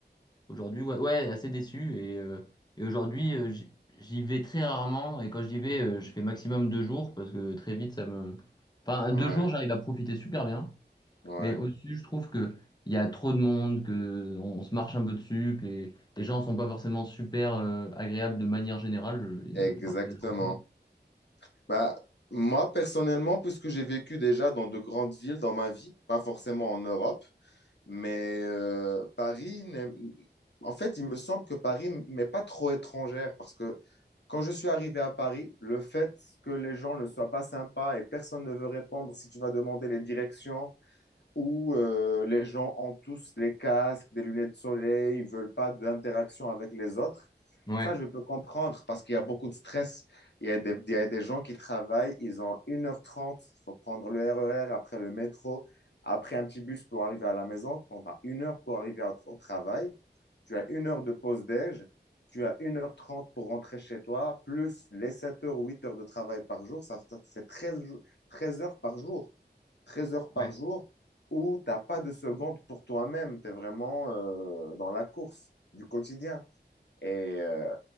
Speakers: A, on the left; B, on the left.
A: Aujourd'hui, ouais, ouais, assez déçu. Et, euh, et aujourd'hui, euh, j'y j'y vais très rarement. Et quand j'y vais, euh, je fais maximum deux jours parce que très vite, ça me. Enfin,
B: Ouais,
A: deux jours, j'arrive à profiter super bien.
B: ouais,
A: Mais au-dessus, je trouve que il y a trop de monde, que on se marche un peu dessus, que les, les gens sont pas forcément super euh, agréables de manière générale. Je- Il
B: exactement.
A: y a parfois des gens cool.
B: Bah, moi, personnellement, puisque j'ai vécu déjà dans de grandes villes dans ma vie, pas forcément en Europe, mais euh, Paris, n'est- en fait, il me semble que Paris m'est pas trop étrangère parce que quand je suis arrivé à Paris, le fait que les gens ne soient pas sympas et personne ne veut répondre si tu vas demander les directions, où euh, les gens ont tous les casques, des lunettes de soleil, ils veulent pas d'interaction avec les autres.
A: Ouais,
B: Ça, je peux comprendre parce qu'il y a beaucoup de stress. Il y a des, il y a des gens qui travaillent, ils ont une heure trente. il faut prendre le RER, après le métro, après un petit bus pour arriver à la maison. Quand tu as une heure pour arriver au, au travail, tu as une heure de pause déj, tu as une heure trente pour rentrer chez toi, plus les 7 heures ou 8 heures de travail par jour, ça, ça te fait treize jou- 13 heures par jour. 13 heures par
A: ouais,
B: jour où t'as pas de seconde pour toi-même, tu es vraiment euh, dans la course du quotidien. Et euh,